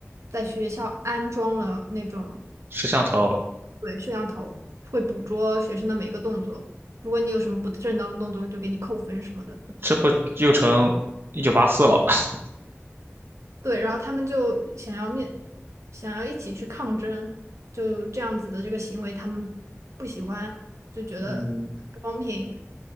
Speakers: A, on the right; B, on the right.
A: 在学校安装了那种
B: 摄像头。
A: 对摄像头，会捕捉学生的每一个动作，如果你有什么不正当的动作，就给你扣分什么的。
B: 这不又成一九八四了？<laughs>
A: 对，然后他们就想要面，想要一起去抗争，就这样子的这个行为，他们不喜欢，就觉得不公平，
B: 嗯，